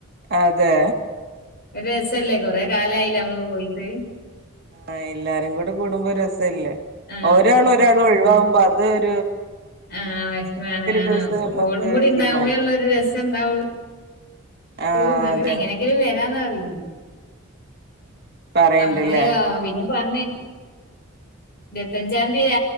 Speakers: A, on the right (about 50°); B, on the left (about 45°).
A: അതെ
B: ഒരു രസല്ലേ കൊറെ കാലായിലേ നമ്മള് പോയിട്ട്
A: ആഹ് എല്ലാരും കൂടെ കൂടുമ്പോ രസല്ലേ
B: ആ
A: ഒരാള് ഒരാള് ഒഴിവാകുമ്പോ അത് ഒര്
B: ആഹ് വെശ്മാണ്
A: ദിവസം നമ്മക്ക്
B: ഓളും കൂടി
A: തീരുമാനിക്കാം
B: ഉണ്ടാവുമ്പേ ഒള്ളു ഒരു രസം ഇണ്ടാവോ
A: ആ
B: ള്ളൂ എന്നാലും
A: അതെ
B: എങ്ങനെങ്കിലും വരാന്നറിയ്ണെ
A: പറയണ്ടല്ലേ
B: അമ്മള് പിന്നെ പർഞ് ഇരത്തഞ്ചാംതി